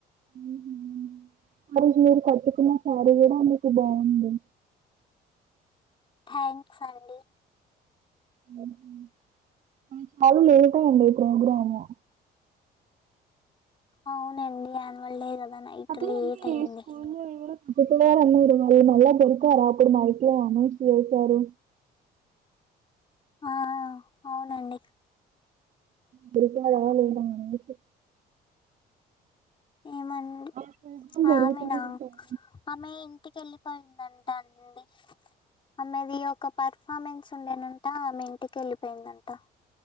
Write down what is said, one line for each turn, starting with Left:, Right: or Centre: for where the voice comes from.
Right: ఉహూ ఉమ్ మరి మీరు కట్టుకున్న సారి కూడా అందుకు బాగుంది
Left: థ్యాంక్స్ అండి
Right: ఉహూ చాలా లేట్ అయింది ప్రోగ్రాము
Left: అవునండి యాన్వల్ డే కదా నైట్
Right: అయితే
Left: లేట్
Right: మీ
Left: అయింది
Right: స్కూల్లో <unintelligible> అన్నారు మళ్ళీ మళ్ళా దొరికారా అప్పుడు మైక్ లో అనౌన్స్ చేశారు
Left: ఆ అవునండి
Right: దొరికారా లేదా అనేసి
Left: ఏమండి
Right: ఆ ప్రోగ్రాం
Left: ఆమెనా
Right: జరుగుతున్న టైం
Left: ఆమె ఇంటికెళ్ళి పోయిందంట అండి ఆమెది ఒక పర్ఫార్మెన్స్ ఉండేనంట ఆమె ఇంటికి వెళ్ళిపోయిందంట